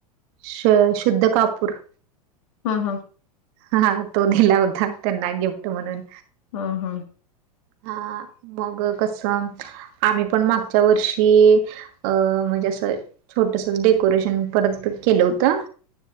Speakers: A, on the right; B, on the left.
A: श शुद्ध कापूर.
B: हा हा.
A: हा हा तो दिला होता त्यांना गिफ्ट म्हणून
B: हा हा.
A: हा हा मग कस आम्ही पण मागच्या वर्षी अं म्हणजे असं छोटस डेकोरेशन परत केलं होतं.